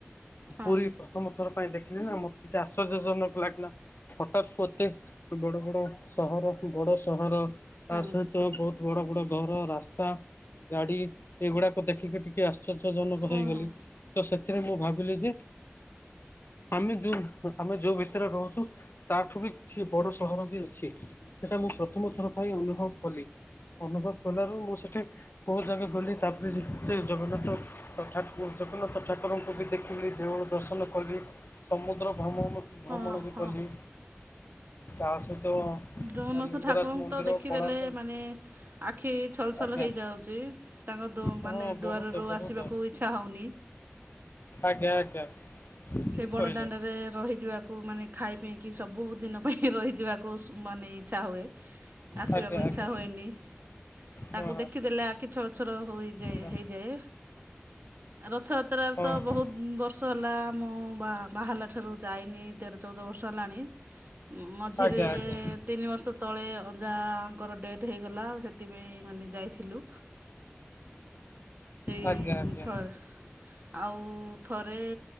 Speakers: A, on the right; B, on the left.
A: ହଁ
B: ପୁରୀ ପ୍ରଥମ ଥର ପାଇଁ ଦେଖିଲି ନା ମତେଟିକେ ଆଶ୍ଚର୍ଯ୍ୟଜନକ ଲାଗିଲା। ହଠାତ୍ ଏତେ ବଡ ବଡ ସହର ବଡ ସହର।
A: ହଁ
B: ତା ସହିତ ବହୁତ ବଡ ବଡ ଘର ରାସ୍ତା ଗାଡି ଏଗୁଡାକ ଦେଖିକି ଟିକେ ଆଶ୍ଚର୍ଯ୍ୟଜନକ
A: ହଁ
B: ହେଇଗଲି
A: ହଁ
B: ତ ସେଥିରେ ମୁଁ ଭା ଥିଲି ଯେ ଆମେ ଯୋଉ ଆମେ ଯୋଉ ଭିତରେ ରହୁଛୁ। ତାଠୁ ବି କିଛି ବଡ଼ ସହର ବି ଅଛି ସେଇଟା ମୁଁ ପ୍ରଥମ ଥର ପାଇଁ ଅନୁଭବ କଲି। ଅନୁଭବ କଲାରୁ ମୁଁ ସେଇଠି ବହୁତ ଜାଗା ଗଲି ତାପରେ ସେ ଜଗନ୍ନାଥ ଠା ଜଗନ୍ନାଥ ଠାକୁରଙ୍କୁ ବି ଦେ ଦେଉଳ ଦର୍ଶନ କଲି ସମୁଦ୍ର ଭ୍ରମଣ
A: ହଁ
B: ବି
A: ହଁ
B: କଲି। ତା ସହିତ
A: ଜଗନ୍ନାଥ
B: ଲିଙ୍ଗରାଜ
A: ଠାକୁରଙ୍କୁ
B: ମନ୍ଦିର
A: ତ ଦେଖିଦେଲେ
B: କୋଣାର୍କ
A: ମାନେ ଆଖି ଛଲ ଛଲ
B: ଆଜ୍ଞା
A: ହେଇଯାଉଛି ତାଙ୍କ ମାନେ
B: ହଁ
A: ଦୁଆରରୁୁ
B: ବହୁତ ବହୁତ
A: ଆସିବାକୁ ଇ ଇଚ୍ଛା ହୋଉନି।
B: ଆଜ୍ଞା ଆଜ୍ଞା।
A: ସେଇ
B: ଠିକ
A: ବଡ଼
B: କହିଲେ।
A: ଦାଣ୍ଡରେ ରହିଯିବା। କୁ ମାନେ ଖାଇପିକି ସବୁଦିନ ପାଇଁ ରହିଯିବାକୁ ମାନେ ଇଚ୍ଛା ହୁଏ। ଆସିବାକୁ
B: ଆଜ୍ଞା
A: ଇଛା
B: ଆଜ୍ଞା
A: ହୁଏନି ତାଙ୍କୁ
B: ହଁ
A: ଦେଖିଦେଲେ ଆଖି ଛଳ ଛଳ ହୋଇଯାଏ
B: ହଁ
A: ହେଇଯାଏ ରଥଯାତ୍ରା
B: ହଁ
A: ତ ବହୁତ
B: ହଁ
A: ବର୍ଷ ହେଲା ମୁଁ ବା ବାହାଲା ଠାରୁ ଯାଇନି। ତେର ଚଉଦ ବର୍ଷ ହେଲାଣି ମଝିରେ
B: ଆଜ୍ଞା ଆଜ୍ଞା
A: ତିନି ବର୍ଷ ତଳେ ଅଜାଙ୍କର ଡେଟ୍ ହେଇଗଲା ଆଉ ସେଥିପାଇଁ ମାନେ ଯାଇଥିଲୁ। ସେଇଥର
B: ଆଜ୍ଞା ଆଜ୍ଞା।
A: ଆଉ ଥରେ